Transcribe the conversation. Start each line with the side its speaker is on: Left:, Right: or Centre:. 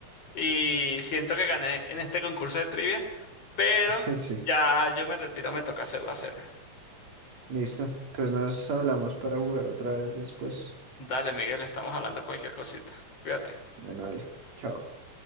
Left: y siento que gané en este concurso de trivia, pero
Right: <laughs> sí,
Left: ya yo me retiro, me toca hacer la cena.
Right: listo, entonces nos hablamos para jugar otra vez después,
Left: Dale, Miguel, estamos hablando cualquier cosita. Cuídate.
Right: bueno, vale, chao.